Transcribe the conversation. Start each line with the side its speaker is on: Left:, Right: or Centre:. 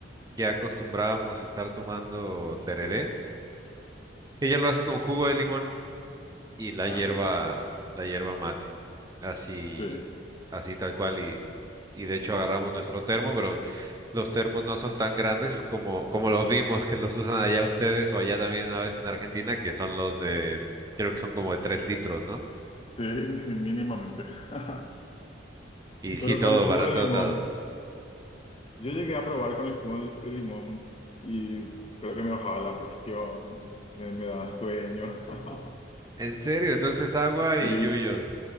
Right: ya acostumbrábamos estar tomando tereré. Ella lo hace con jugo de limón y la
Left: Ajá,
Right: hierba, la hierba mate. Así,
Left: sí,
Right: así tal cual. Y, y de hecho agarramos nuestro termo, pero los termos no son tan grandes como, como los vimos que los usan allá ustedes o allá también a veces en Argentina, que son los de, creo que son como de tres litros, ¿no?
Left: sí, sí, mínimamente. <laughs>
Right: Y
Left: Pero
Right: sí, todo
Left: con jugo
Right: para
Left: de
Right: todos
Left: limón.
Right: lados.
Left: Yo llegué a probar con el jugo de limón y creo que me bajaba la presión, me, me daba sueño. <laughs>
Right: En serio, entonces agua
Left: Sí,
Right: y yuyo.